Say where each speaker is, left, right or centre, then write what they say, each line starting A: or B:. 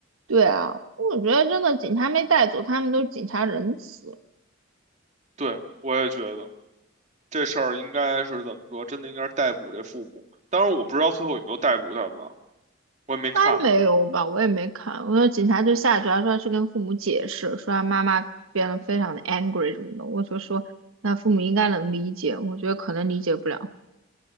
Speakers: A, on the right; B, on the right.
A: 对啊，我觉得真的警察没带走，他们都是警察仁慈，应
B: 对，我也觉得这事儿应该是怎么说，真的应该是逮捕这父母。当然，我不知道最后有没有逮捕他们啊我也没看，
A: 该没有吧？我也没看，我说警察就下去了，说要去跟父母解释，说他妈妈变得非常的 angry 什么的，我就说那父母应该能理解，我觉得可能理解不了。